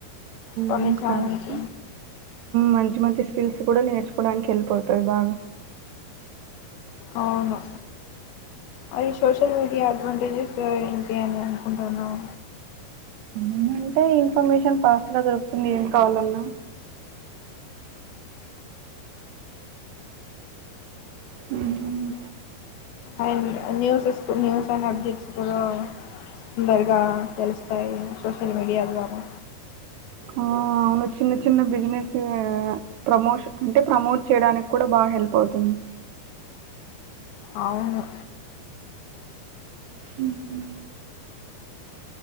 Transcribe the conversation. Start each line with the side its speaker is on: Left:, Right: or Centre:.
Left: కొన్ని
Right: హ్
Left: ఛానల్స్
Right: కరెక్ట్ మంచి మంచి స్కిల్స్ కూడా నేర్చు ప్పుడానికి ఏల్పోతది బాగ
Left: అవును అది సోషల్ మీడియా అడ్వాంటేజెస్ ఇంకేం అనుకుంటున్నావు.
Right: ఏమంటే ఇన్ఫర్మేషన్ ఫాస్ట్ గా దొరుకుతుంది. ఏం కావాలన్నా హ్మ్.
Left: అండ్ స్యూస్ అప్డేట్స్ కుడా తొందరగా తెలుస్తాయి. సోషల్ మీడియా ద్వారా
Right: ఆ! అవును. చిన్న చిన్న బిజినెస్ ప్రమోషన్ అంటే ప్రమోట్ చేయడానికి కూడా బాగా హెల్ప్ అవుతుంది.
Left: అవును
Right: హ్మ్.